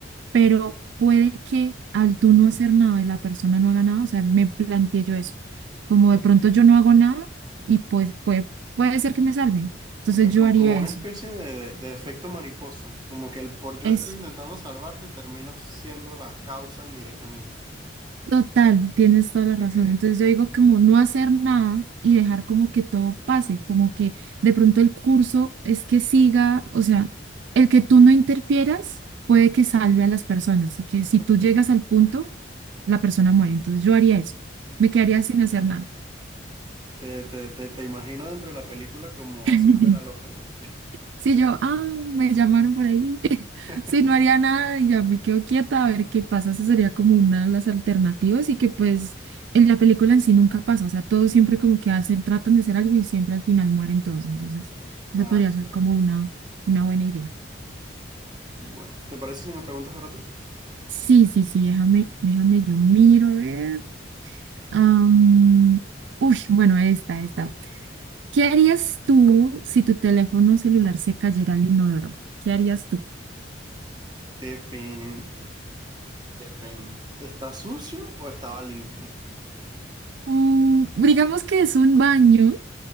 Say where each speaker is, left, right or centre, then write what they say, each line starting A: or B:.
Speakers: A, on the right; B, on the right.
A: pero puede que al tú no hacer nada y la persona no haga nada, o sea, me planteé yo eso, como de
B: Ok.
A: pronto yo no hago nada y pues puede, puede ser que me salven, entonces
B: Ok,
A: yo
B: com-
A: haría
B: como una
A: eso,
B: especie de, de- de efecto mariposa. Como que el por yo
A: es
B: estar intentando salvarte termino siendo la causa indirectamente.
A: total, tienes toda la razón,
B: Ok,
A: entonces yo digo como no hacer nada y dejar como que todo pase, como que de pronto el curso es que siga, o sea, el que tú no interfieras puede que salve a las personas y que si
B: ok.
A: tú llegas al punto, la persona muere, entonces yo haría eso, me quedaría
B: Dios.
A: sin hacer nada.
B: Te, te, te, te imagino dentro de la película como
A: <laughs>
B: haciéndote la loca y ya.
A: Si yo, ah, me llamaron por ahí. <laughs>
B: <laughs>
A: Si no haría nada y ya me quedo quieta a ver qué pasa, esa sería como una de las alternativas y que pues en la película en sí nunca pasa, o sea, todos siempre como que hacen, tratan de hacer algo y siempre al final mueren todos, entonces
B: Claro,
A: esa podría ser
B: claro.
A: como una, una buena idea.
B: Bueno, ¿te parece si me preguntas ahora tú?
A: Sí, sí, sí, déjame, déjame, yo miro, a ver. Am, uy, bueno, esta, esta. ¿Qué harías tú si tu teléfono celular se cayera al inodoro? ¿Qué harías tú?
B: Depende, depende. ¿Está sucio o estaba limpio?
A: Mm, digamos que es un baño